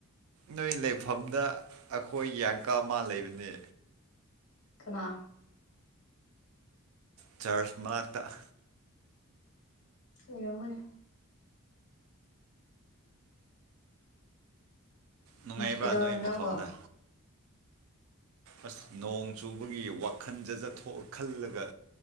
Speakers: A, on the right; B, on the left.
A: ꯅꯣꯏ ꯂꯩꯐꯝꯗ ꯑꯩꯈꯣꯏꯒꯤ ꯑꯟꯀꯜ ꯑꯃ ꯂꯩꯕꯅꯦ
B: ꯀꯅꯥ
A: ꯆꯔ꯭ꯆ ꯃꯅꯥꯛꯇ
B: ꯂꯩꯔꯝꯒꯅꯤ
A: ꯅꯨꯡꯉꯥꯏꯕ꯭ꯔꯥ
B: ꯀꯩꯗꯧꯔꯝꯃꯤꯅꯣ
A: ꯅꯣꯏ ꯃꯐꯝꯗ
B: ꯅꯪꯕꯣ
A: ꯑꯁ ꯅꯣꯡ ꯆꯨꯕꯒꯤ ꯋꯥꯈꯟ ꯖꯥꯖꯠ ꯊꯣꯛ ꯈꯟꯂꯥꯒ